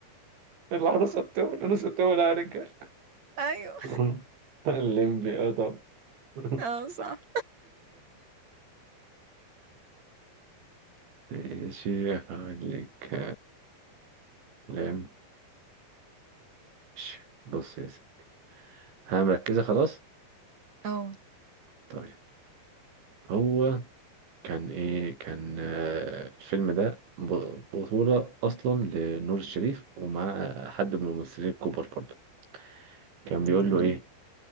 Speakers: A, on the right (about 80°); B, on the right (about 45°).
A: العروسة بتولع العروسة بتولع يا رجال
B: ايوه
A: <laughs> الليمبي اه طبعا <laughs>
B: اه صح
A: ماشي هقول لك لم- ماشي. بص يا سيدي ها مركزة خلاص
B: اه
A: طيب هو كان ايه كان آه، الفيلم ده ب- بطولة اصلا لنور الشريف ومع حد من الممثلين الكبار برضه كان بيقول
B: تمام
A: له ايه